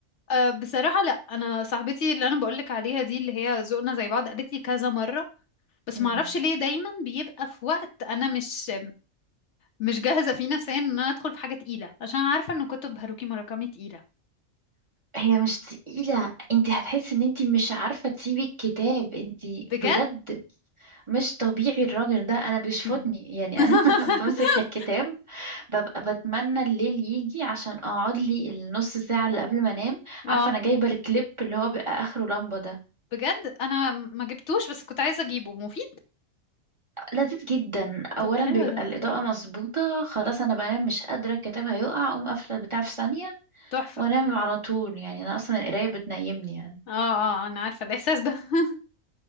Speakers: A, on the left; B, on the right.
A: أه بصراحة لا انا صاحبتي اللي انا بقولك عليها دي اللي هي ذوقنا زي بعض قالت لي كذا مرة بس
B: مم.
A: معرفش ليه دايما بيبقى في وقت انا مش مش جاهزة فيه نفسيا ان انا ادخل في حاجة تقيلة عشان عارفة ان كتب هاروكي موراكامي تقيلة
B: هي مش تقيلة انت هتحسي ان انت مش عارفة تسيبي الكتاب انت
A: بجد
B: بجد مش طبيعي الراجل ده انا بيشفطني
A: مم.
B: يعني
A: <laughs>
B: انا <laughs> بمسك الكتاب ببقى بتمنى الليل يجي عشان اقعد لي النص ساعة اللي قبل ما انام
A: اه
B: عارفة انا جايبة الكليب اللي هو بيبقى اخره لمبة ده
A: بجد انا م- ما جبتوش بس كنت عايزه اجيبه مفيد
B: لذيذ جدا اولا
A: طب حلو
B: بيبقى
A: ده
B: الاضاءة مظبوطة خلاص انا بنام مش قادرة الكتاب هيقع اقوم قافلة البتاع في ثانية
A: تحفه
B: وانام على طول يعني انا اصلا القراية بتنيمني يعني
A: اه اه انا عارفه الاحساس ده <laughs>